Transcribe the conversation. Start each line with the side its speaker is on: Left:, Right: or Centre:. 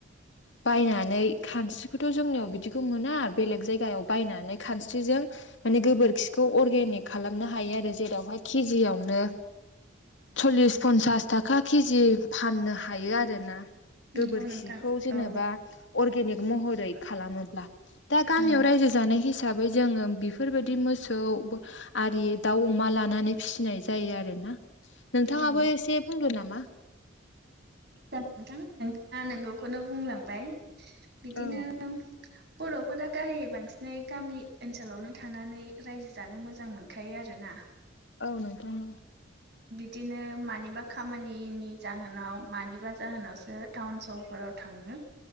Left: बायनानै खानस्रिखौथ' जोंनियाव बिदिखौ मोना बेलेग जायगायाव बायनानै खानस्रिजों मानि गोबोरखिखौ अर्गेनिक खालामनो हायो आरो जेरावहाय केजियावनो सलिस पनसास थाखा केजि फाननो हायो आरोना।
Right: नंगौ
Left: गोबोरखिखौ
Right: नोंथां
Left: जेनेबा
Right: औ
Left: अर्गेनिक महरै खालामोब्ला दा गामियाव
Right: उम
Left: रायजो जानाय हिसाबै जोङो बेफोरबायदि मोसौ आरि दाउ अमा लानानै फिसिनाय जायो आरोना नोंथाङाबो
Right: औ
Left: एसे बुंदो नामा।
Right: <unintelligible> नोंथाङा नोंगौखौनो बुंलांबाय बिदिनो
Left: औ
Right: बर'फोरा गाहायै बांसिनै गामि ओनसोलावनो थानानै रायजो जानो मोजां मोनखायो आरो ना।
Left: औ नोंथां।
Right: बिदिनो मानिबा खामानि नि जाहोनाव मानिबा जाहोनावसो टाउन सहरफोराव थाङो।